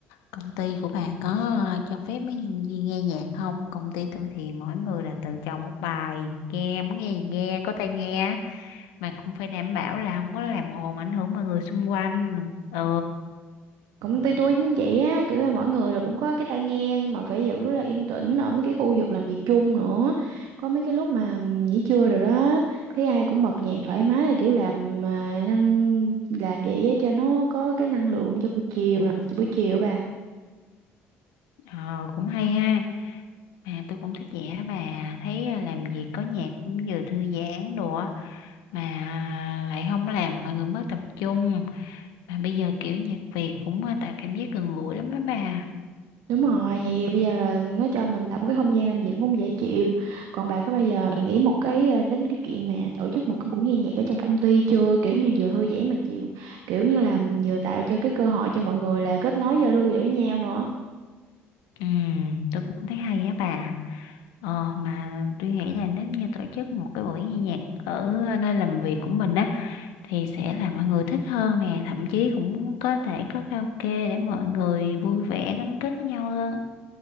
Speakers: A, on the left; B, on the right.
A: công ty của bà có ờ, cho phép mấy nhân viên nghe nhạc không? Công ty tôi thì mỗi người là tự chọn một bài nghe muốn nghe gì nghe có tai nghe mà cũng phải đảm bảo là không có làm ồn ảnh hưởng mọi người xung quanh. Ừ
B: công ty tôi giống vậy á kiểu là mọi người rồi cũng có cái tai nghe nhưng mà phải giữ là yên tĩnh ở mấy cái khu vực làm việc chung nữa có mấy cái lúc mà nghỉ trưa rồi đó thấy ai cũng bật nhạc thoải mái là kiểu làm à, năng làm vậy á cho nó có cái năng lượng cho buổi chiều làm việc buổi chiều bà
A: ờ, cũng hay ha mà tôi cũng thích vẽ đó bà thấy ờ, làm việc có nhạc cũng vừa thư giãn đồ á, mà ờ, lại không làm mọi người mất tập trung mà bây giờ kiểu nhạc Việt cũng ờ, tạo cảm giác gần gũi lắm đó bà.
B: Đúng rồi, nhạc Việt bây giờ là nó cho mình tạo một cái không gian làm việc cũng dễ chịu. Còn bà có bao giờ bà nghĩ một cái ờ, đến cái chuyện mà tổ chức một cái buổi nghe nhạc ở trong công ty chưa? Kiểu như vừa thư giãn mà chịu, kiểu như là vừa tạo cho cái cơ hội cho mọi người là kết nối giao lưu với nhau nữa.
A: Ừ, tôi cũng thấy hay á bà. Ờ, mà tôi nghĩ là nếu như tổ chức một cái buổi nghe nhạc ở nơi làm việc của mình á thì sẽ làm mọi người thích hơn nè, thậm chí cũng có thể có karaoke để mọi người vui vẻ gắn kết với nhau hơn.